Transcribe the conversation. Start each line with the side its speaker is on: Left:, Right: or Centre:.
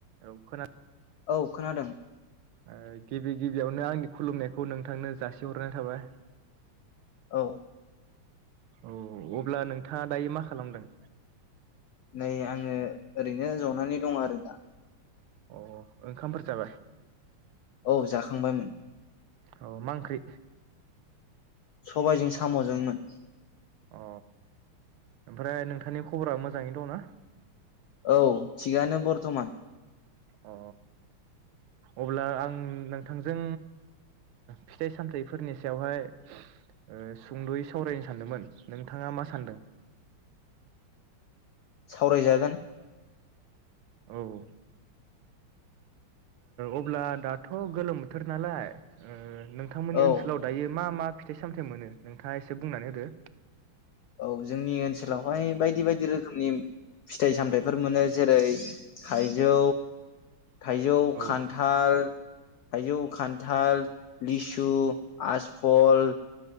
Right: औ खोना
Left: औ खोनादों।
Right: ओ गिबि गिबियावनो आंनि खुलुमनायखौ नोंथांनो जासिहरनाय थाबाय।
Left: औ।
Right: औ अब्ला नोंथाङा दायो मा खालामदों?
Left: नै आङो ओरैनो जनानै दं आरो दा।
Right: अ ओंखामफोर जाबाय।
Left: औ जाखांबायमोन।
Right: अ मा ओंख्रि?
Left: सबायजों साम'जोंमोन।
Right: अ। ओमफ्राय नोंथांनि खबरा मोजाङै दंना।
Left: औ थिगानो बरथमान।
Right: अ अब्ला आं नोंथांजों फिथाइ ओ सामथाइफोरनि सायावहाय ओ सुंद'यै सावरायनो सानदोंमोन नोंथाङा मा सानदों?
Left: सावरायजागोन।
Right: औ ओ अब्ला दाथ' गोलोम बोथोर नालाय ओ नोंथांमोननि
Left: औ
Right: ओनसोलाव दायो मा मा। फिथाइ सामथाइ मोनो नोंथाङा एसे बुंनानै होदो।
Left: औ जोंनि ओनसोलावहाय बायदि बाय दि रोखोमनि। फिथाइ सामथाइफोर मोनो जेरै थाइजौ। थाइजौ
Right: औ
Left: खान्थाल। थाइजौ खान्थाल लिसु आजफल